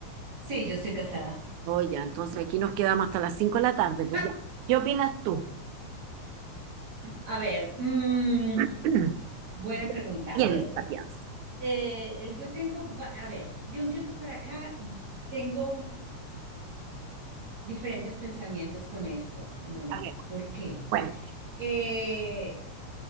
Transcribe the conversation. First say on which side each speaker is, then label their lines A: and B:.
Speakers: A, on the right; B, on the right.
A: sí, yo estoy casada.
B: Oye, entonces aquí nos quedamos hasta las 5 de la tarde.
A: <laughs>
B: Pues ya. ¿Qué opinas tú?
A: A ver, mm,
B: <clears throat>
A: buena pregunta.
B: Piensa,
A: A ver,
B: piensa.
A: eh, yo tengo, va- a ver, de un tiempo para acá y- tengo diferentes pensamientos con esto, Mónica.
B: A ver,
A: ¿Por qué?
B: bueno,
A: Eh,